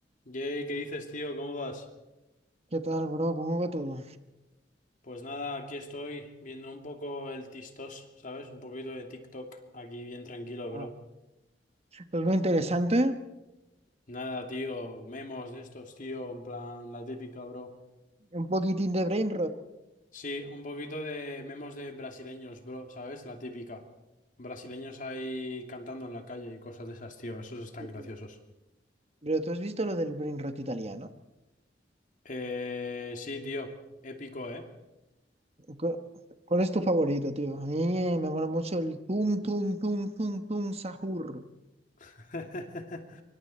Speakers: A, on the left; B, on the right.
A: Jay, ¿qué dices, tío? ¿Cómo vas?
B: ¿Qué tal, bro? ¿Cómo va todo?
A: Pues nada, aquí estoy viendo un poco el TikTok, ¿sabes? Un poquito de TikTok, aquí bien tranquilo,
B: Ah,
A: bro.
B: algo interesante,
A: Nada, tío, memos de estos, tío, en plan, la típica, bro.
B: un poquitín de brain rot.
A: Sí, un poquito de memos de brasileños, bro, ¿sabes? La típica. Brasileños ahí cantando en la calle y cosas de esas, tío, esos están
B: yo creo.
A: graciosos.
B: Pero tú has visto lo del brain rot italiano.
A: Eh, sí, tío, épico, ¿eh?
B: ¿Cu- ¿Cuál es tu favorito, tío? A mí eh, me mola mucho el tum tum tum tum tum sahur.
A: <laughs>